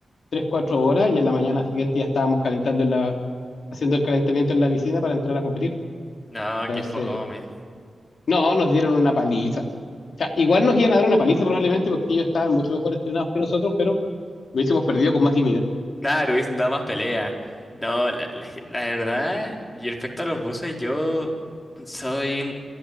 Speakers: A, on the left; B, on the left.
A: 3 4 horas y en la mañana siguiente ya estábamos calentando en la, haciendo el calentamiento en la piscina para entrar a competir.
B: No,
A: Entonces,
B: qué fome.
A: no, nos dieron una paliza. O sea, igual nos iban a dar una paliza probablemente porque ellos estaban mucho mejor entrenados que nosotros, pero lo hubiésemos perdido con más dignidad.
B: Claro, hubiesen dado más pelea. No, la, la- la verdad, y respecto a los buses, yo soy...